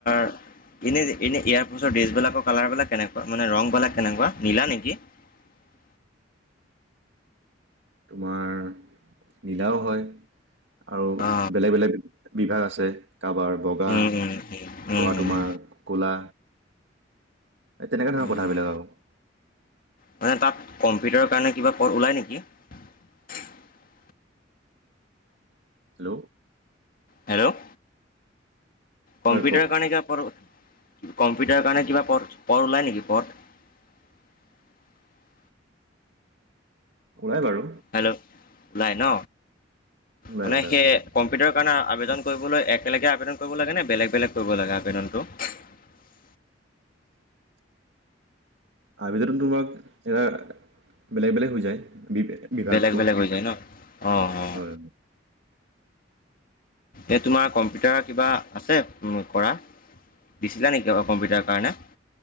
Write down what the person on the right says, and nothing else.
<inaudible> তোমাৰ নীলাও হয়। <unintelligible> আৰু
বেলেগ বেলেগ বিভাগ আছে। কাৰোবাৰ বগা
কাৰোবাৰ
তোমাৰ ক'লা। এই তেনেকোৱা ধৰণৰ
কথাবিলাক আৰু। <unintelligible>
হেল্ল'।
হয়
কওক
ওলায় বাৰু
ওলাই
ওলাই
ওলাই
<inaudible> আবদনতো তোমাক এৰা বেলেগ বেলেগ হৈ যায় বি বিভাগটো
হয় হয়